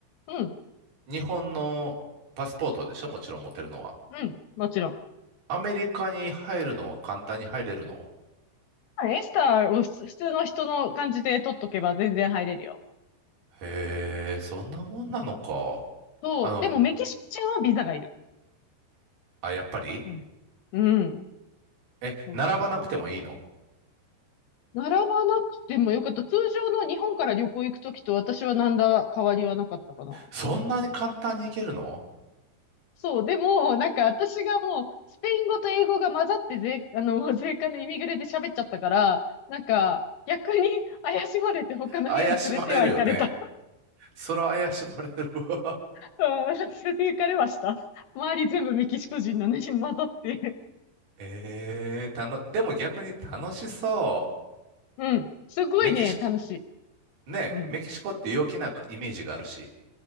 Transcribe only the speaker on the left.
うん、
うん、もちろん。
エスターを普通の人の感じで取っとけば全然入れるよ。
そう、
でもメキシコ人はビザがいる。
うん。うん。
そうそうそう。
並ばなくてもよかった。通常の日本から旅行行くときと私は何だ変わりはなかったかな。
そう、でも、なんか私がもう、スペイン語と英語が混ざって税、<laughs> あの、税関でイミグレで喋っちゃったから、なんか、逆に怪しまれて他の部屋に連れては行かれた。
<laughs> うん連れて行かれました。周り全部メキシコ人なのに混ざって。
うん。すごいね、
楽しい。
うん。